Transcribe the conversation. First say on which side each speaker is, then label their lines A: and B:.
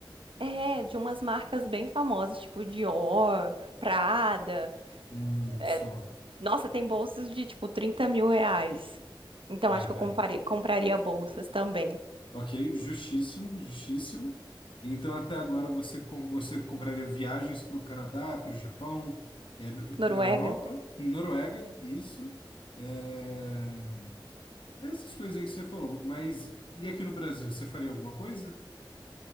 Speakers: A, on the right; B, on the left.
A: É, de umas marcas bem famosas, tipo Dior, Prada.
B: Hum,
A: É,
B: só.
A: Nossa, tem bolsas de tipo 30 mil reais. Então
B: É,
A: acho
B: velho.
A: que eu compari- compraria bolsas também.
B: Ok, justíssimo, justíssimo. Então, até agora, você, com- você compraria viagens para o Canadá, para o Japão,
A: Noruega.
B: para a Europa, Noruega, isso. É, Essas coisas aí que você falou. Mas e aqui no Brasil, você faria alguma coisa?